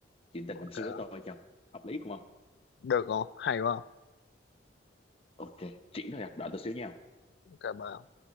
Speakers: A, on the left; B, on the left.
A: chuyện tình
B: ok
A: năm xưa của tôi cho hợp lý không không
B: được không hay quá không
A: ok chuyện thôi à đợi tôi xíu nha
B: ok bye